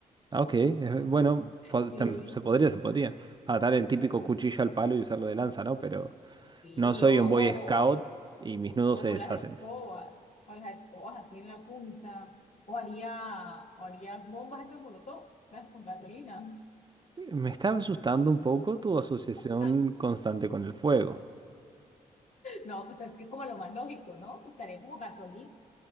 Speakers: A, on the right; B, on the left.
A: Ah, ok. eh, Bueno, po-
B: Sí,
A: tam- se podría,
B: o-
A: se podría. Atar el típico
B: o-
A: cuchillo al palo y usarlo de lanza, ¿no? Pero
B: sí,
A: no soy
B: o, o,
A: un Boy Scout y mis nudos
B: o
A: se deshacen.
B: las escobas, o las escobas así en la punta, o haría, o haría bombas esas molotov, las con gasolina.
A: Me está asustando un poco tu asociación
B: <laughs>
A: constante con el fuego.
B: No, pues es que como lo más lógico, ¿no? Buscaría como gasolina